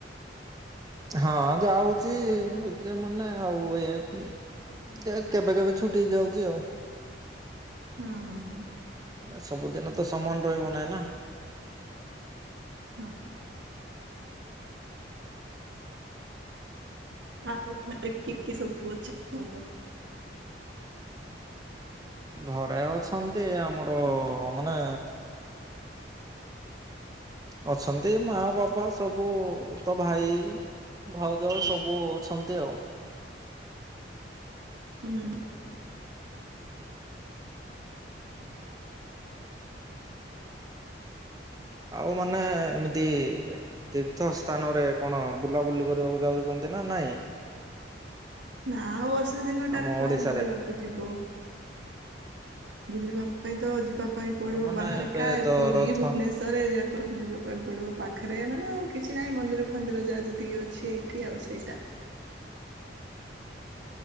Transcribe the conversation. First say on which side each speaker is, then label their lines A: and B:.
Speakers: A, on the right (about 20°); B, on the right (about 80°).
A: ହଁ ଯାଉଛି <unintelligible> ମାନେ ଆଉ ଏ କେବେ କେବେ ଛୁଟି ହେଇଯାଉଛି ଆଉ।
B: ହୁଁ ହୁଁ ହୁଁ।
A: ଅ ସବୁଦିନ ତ ସମାନ ରହିବ ନାହିଁ ନା।
B: ହଁ। ଆଉ ଘରେ କିଏ କିଏ ସବୁ ଅଛି?
A: ଘରେ ଅଛନ୍ତି ଆମର ମାନେ ଅଛନ୍ତି ମା, ବାପା, ସବୁ ତ ଭାଇ। ଭାଉଜ ସବୁ ଅଛନ୍ତି ଆଉ।
B: ହୁଁ।
A: ଆଉ ମାନେ ଏମିତି ତୀର୍ଥ ସ୍ଥାନରେ କଣ ବୁଲାବୁଲି କରିବାକୁ ଯାଉଛନ୍ତି ନା ନାଇଁ?
B: ନାଁ ଆଉ ବର୍ଷା ଦିନଟା
A: ଆମ
B: ରେ କୁଆଡ଼େ
A: ଓଡିଶାରେ?
B: ବୁଲିବାକୁ ଯିବ। ବୁଲିବା ପାଇଁ ତ ଯିବା ପାଇଁ ପଡି଼ବ
A: ମାନେ
B: ବାହାରେ
A: ଏବେ
B: କା
A: ତ
B: ପୁରୀ,
A: ରଥ
B: ଭୁବନେଶ୍ଵର <unintelligible> ଯାକ ଯିବା ପାଇଁ ପଡ଼ିବ ପାଖରେ ମାନେ ଆଉ କିଛି ନାହିଁ ମନ୍ଦିର ଫନ୍ଦିର ଯାହା ଯେତିକି ଅଛି। <unintelligible> ଆଉ ସେଇଟା।